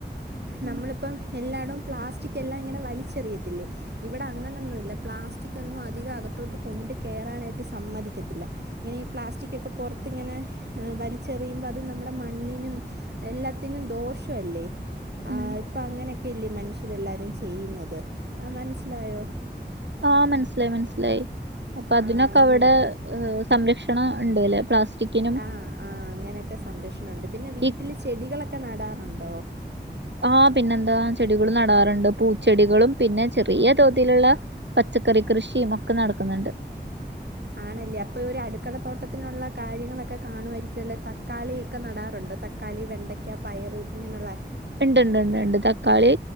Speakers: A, on the right (about 70°); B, on the right (about 80°).
A: നമ്മളിപ്പം
B: ഉം
A: എല്ലായിടും പ്ലാസ്റ്റിക് എല്ലാം ഇങ്ങനെ വലി എറിയത്തില്ലേ ഇവിടെ അങ്ങനൊന്നുമില്ല പ്ലാസ്റ്റിക് ഒന്നും അധികം അകത്തോട്ട് കൊണ്ട് കേയറാനായിട്ട് സമ്മതിക്കത്തില്ല ഇങ്ങനെ ഈ പ്ലാസ്റ്റിക്കൊക്കെ പുറത്തിങ്ങനെ വലിച്ചെറിയുമ്പോൾ അത് നമ്മുടെ മണ്ണിനും എല്ലാത്തിനും ദോഷമല്ലേ
B: ഉം
A: അപ്പ അങ്ങനെയൊക്കെ അല്ലേ മനുഷ്യരെല്ലാവാരും ചെയ്യുന്നത് മനസ്സിലായോ
B: ആ മനസ്സിലായി മനസ്സിലായി അപ്പൊ അതിനൊക്കെ
A: ആ അങ്ങനെയൊക്കെ
B: അവിടെ സംരക്ഷണം ഉണ്ട് അല്ലെ പ്ലാസ്റ്റിക്കിനും
A: ആ ആ അങ്ങനെയൊക്കെ സംരക്ഷണമുണ്ട് പിന്നെ വീട്ടിൽ
B: ഈ
A: ചെടികളൊക്കെ നടാറുണ്ടോ
B: ആ പിന്നെന്താ ചെടികൾ നടാറുണ്ട് പൂച്ചെടികളും പിന്നെ ചെറിയ തോതിലുള്ള പച്ചക്കറി കൃഷിയും ഒക്കെ നടക്കുന്നുണ്ട്.
A: ആണല്ലേ അപ്പൊ ഒരു അടുക്കള തോട്ടത്തിനുള്ള കാര്യങ്ങളൊക്കെ കാണുമായിയിരിക്കും അല്ലേ തക്കാളിയൊക്കെ നടാറുണ്ടോ തക്കാളി വെണ്ടയ്ക്ക പയർ ഇങ്ങനെയുള്ള
B: ഉണ്ട് ഉണ്ട് ഉണ്ട് തക്കാളി